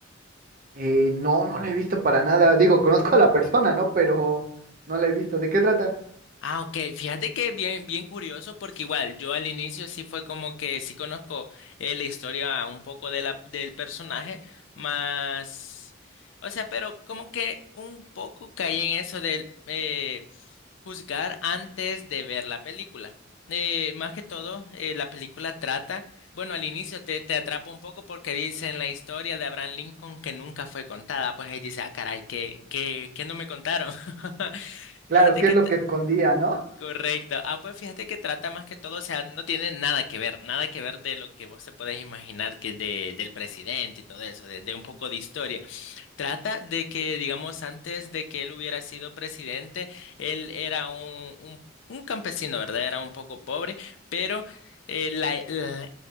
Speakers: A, on the right; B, on the left.
A: Eh, no, no la he visto para nada. Digo, conozco a la persona, ¿no? Pero no la he visto. ¿De qué trata?
B: Ah, ok. Fíjate que bien, bien curioso porque igual yo al inicio sí fue como que sí conozco eh, la historia un poco de la, del personaje, más... O sea, pero como que un poco caí en eso del... eh, juzgar antes de ver la película. Eh, más que todo, eh, la película trata, bueno, al inicio te, te atrapa un poco porque dicen la historia de Abraham Lincoln que nunca fue contada, pues ahí dice, ah, caray, ¿qué, qué, qué no me contaron? <laughs>
A: Claro,
B: Fíjate
A: ¿qué
B: que,
A: es lo
B: te-
A: que escondía, no?
B: correcto, ah, pues fíjate que trata más que todo, o sea, no tiene nada que ver, nada que ver de lo que vos te podés imaginar que de, del presidente y todo eso, de, de un poco de historia. Trata de que, digamos, antes de que él hubiera sido presidente, él era un, un, un campesino, ¿verdad? Era un poco pobre, pero eh, la, la-